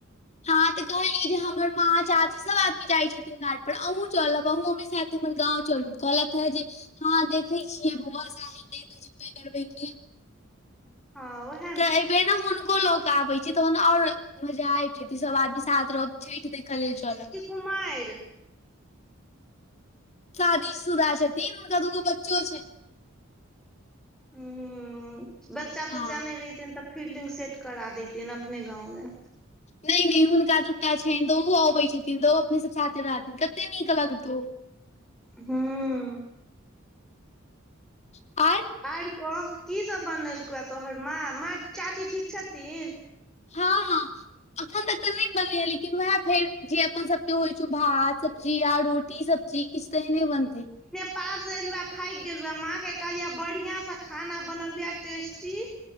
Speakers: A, on the left (about 35°); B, in the centre.
A: हँ तऽ कहली जे हमर माँ चाची सब आदमी जाइ छथ घाट पर अहूँ चलब अहहुँमे साथ हमर गाव चल कहलत हे ज हँ देखे छियै बौआस हेतै तऽ जबबे करबै क
B: ह
A: तऽ ए बेेर ने हुनको ल आबे छै तहन आओर मजा आबि जे ई सब आदमी साथ रह छठि देखऽ लेल चल
B: कुमार
A: शादी सुधा छथिन हुनका दूगो बच्चो
B: ह बच्चा
A: हँ
B: तच्चा नहि रहितेन तऽ फिलल्डिंग सेट करा देतेन अपने गांव मे
A: नहि नहि हुनका दूटा छनि तऽ ओ अबैत छथिन तऽ ओ अपने सब साथे रहथिन कते नीक लगत <inaudible>
B: ह
A: आ
B: आर कह की सब बनेलको तोहर माँ माँ चाची ठीक छथि
A: हँ ह अखन तक त नहि बनैया लेकिन वएह फेर जे अपन सबके होइ छै भात सब्जी आ रोटी स जी किछु तऽ ह नहि बनत
B: पार से एलु थाकि गेलु ह माँं के कहलिये बढ़िया से खाना बनवुे टेस्ट